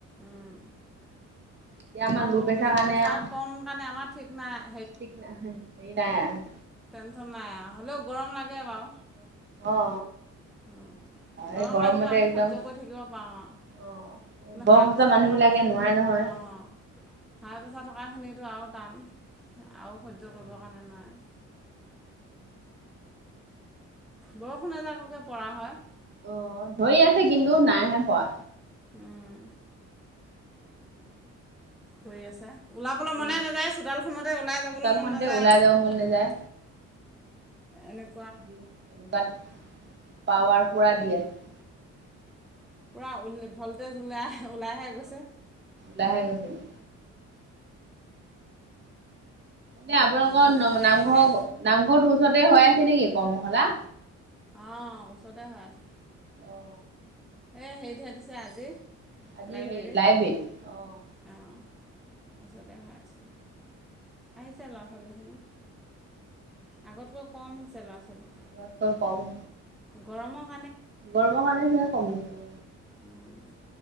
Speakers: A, in the centre; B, on the right.
A: উম।
B: এতিয়া
A: আমাৰ
B: ল'
A: ল'প্ৰেচাৰ
B: প্ৰেছাৰ কাৰণে
A: প্ৰেচাৰ
B: আৰু
A: কম কাৰণে আমাৰ ঠিক নাই।
B: ঠিক নাই, হেৰি নাই আৰু।
A: টেনচন নাই, হলেও গৰম লাগে বাৰু।
B: অ
A: উম, গৰম
B: এই গৰমতে
A: লাগিলে আমি
B: একদম
A: সহ্য কৰি থাকিব পাৰোঁ আৰু।
B: অ বয়সস্থ
A: হাই প্ৰেছাৰ
B: মানুহ
A: থকা
B: বিলাকে
A: মানুহখিনে,
B: নোৱাৰে নহয়
A: অ, হাই প্ৰেছাৰ ককাখিনো আৰু টান আৰু সহ্য কৰিবৰ কাৰণে নোৱাৰে। বৰষুণ এজাককে পৰা হয়।
B: অ, ধৰি আছে কিন্তু নাইহে পোৱা।
A: হয় হৈু আছা। ওলাবলৈ মনে
B: উম
A: নাযায়, চোডালখনতে ওলাই যাবলৈ
B: চোতালখনতে
A: মন নাযায়
B: ওলাই
A: আৰু।
B: যাব মন নাযায়
A: এনেক
B: এনেকুৱাত পাৱাৰ পুৰা দি আছে।
A: পুৰাল ভল্টেজ ওলাই, ওলাইহে গৈছে।
B: দাহে, গৈছিলো। এয়া আপোনালোকৰ
A: বহুত
B: ন,
A: হেৰিকৈ
B: নামঘৰ, নামঘৰটোৰ ওচৰতে হৈ আছে, নেকি কৰ্মশালা।
A: আহ, ওচৰতে হৈ আছে।
B: অ'
A: এ, হেৰিতে দিছে আজি।
B: আজি
A: লাইব্ৰেৰীত
B: হেই, লাই, বেট অ'।
A: অঁ ওচৰতে খাই আছো, আহিছে ল'ৰা, ছোৱালীখিনি আগতকৈ কম হৈছে ল'ৰা, ছোৱালী।
B: আৰ তোৰ কম
A: গৰমক
B: গৰম কালে ধে, কমিছে।
A: উম,